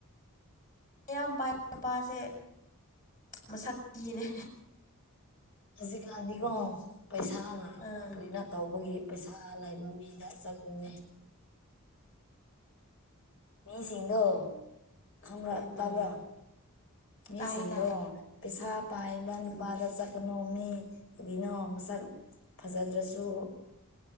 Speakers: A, on the left; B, on the left.
A: ꯃꯌꯥꯝ ꯄꯥꯏ ꯅꯨꯄꯥꯁꯦ ꯃꯁꯛ ꯊꯤꯅꯦ
B: ꯍꯧꯖꯤꯛꯀꯥꯟꯗꯤꯀꯣ ꯄꯩꯁꯥꯅ
A: ꯑꯥ
B: ꯀꯅ ꯇꯧꯕꯒꯤ ꯄꯩꯁꯥ ꯂꯩꯅꯥꯕ ꯃꯤꯗ ꯆꯠꯂꯨꯅꯦ ꯃꯤꯁꯤꯡꯗꯣ ꯈꯪꯕꯔ
A: ꯎꯝ
B: ꯇꯥꯕ꯭ꯔꯥ ꯃꯤꯁꯤꯡꯗꯣ
A: ꯇꯥꯏꯌꯦ ꯇꯥꯏ
B: ꯄꯩꯁꯥ ꯄꯥꯏꯕ ꯅꯨꯄꯥꯗ
A: ꯎꯝ
B: ꯆꯠ ꯅꯣꯝ ꯃꯤ ꯑꯗꯨꯅ ꯃꯁꯛ ꯐꯖꯗ꯭ꯔꯁꯨ